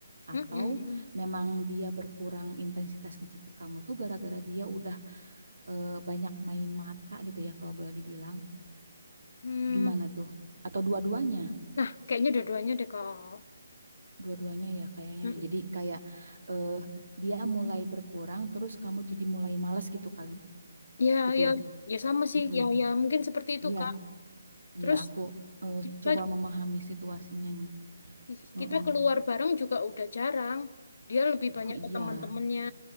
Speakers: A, on the right; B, on the left.
A: Atau
B: Mm-mm.
A: memang dia berkurang intensitas ngechat ke kamu tuh gara-gara dia udah eh, banyak main mata gitu ya kalau boleh dibilang.
B: Hmm.
A: Gimana tuh? Atau dua-duanya?
B: Nah, kayaknya dua-duanya deh, Kak.
A: Dua-duanya ya kayaknya.
B: Mm-mm.
A: ya. Jadi kayak eh dia mulai berkurang terus kamu jadi mulai malas gitu kali
B: Ya,
A: gitu.
B: ya, ya sama sih.
A: Mm-mm.
B: Ya, ya mungkin seperti itu,
A: Iya,
B: Kak.
A: iya
B: Terus
A: aku eh,
B: kita
A: coba memahami situasinya nih.
B: Ih,
A: Mm-mm.
B: Kita keluar bareng juga udah jarang. Dia lebih
A: Oh
B: banyak
A: iya,
B: ke teman-temannya.